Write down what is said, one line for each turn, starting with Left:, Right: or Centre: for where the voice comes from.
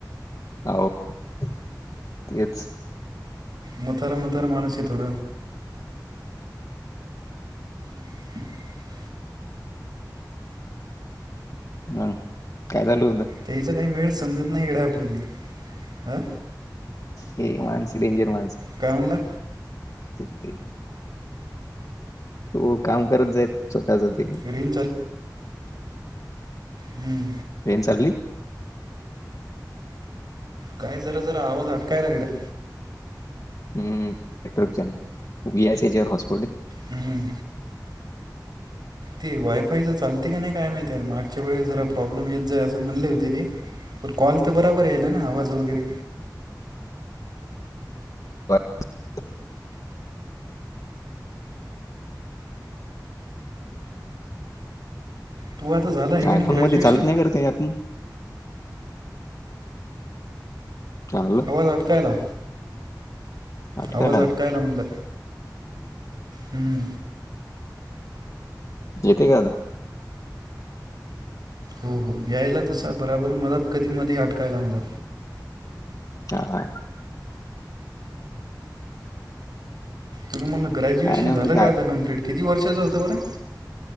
Left: हाव तेच.
Right: म्हातारं म्हातारं माणूस आहे थोड. <inaudible>
Left: मंग काय चालू होत?
Right: त्याचा काही मेळ समजत नाही गड्या आपल्याले. अं?
Left: ते माणसं डेंजर माणसं.
Right: काय म्हणला?
Left: तेथे. तू काम करत जाईल स्वतःच तेनी.
Right: रेंज हं.
Left: ट्रेन चालली?
Right: काय जरा जरा आवाज अटकाय लागला.
Left: <unintelligible>
Right: हं. ते वायफायच चालते काय नाही काय माहिती यार मागच्या वेळेस जरा प्रॉब्लेम येत जाय असं म्हणले होते ते. बर कॉल तर बराबर यायला ना आवाज वगैरे.
Left: <unintelligible>
Right: तू आता झाला आहे की
Left: आयफोन
Right: नाही ग्रॅज्युएशन
Left: मध्ये चालत नाही का रे ते ॲप? चांगलं
Right: आवाज अटकायला,
Left: आठवायला
Right: आवाज अटकायला म्हणलं. हम्म.
Left: येते का आता?
Right: हो हो यायला तसा बराबर मला कधी मध्ये अटकायला मला.
Left: हा.
Right: तुला मला ग्रॅज्युएशन
Left: काय नाही
Right: झालं
Left: म्हणलं
Right: का
Left: काय
Right: आता कंप्लीट किती वर्षाच होतं बरं?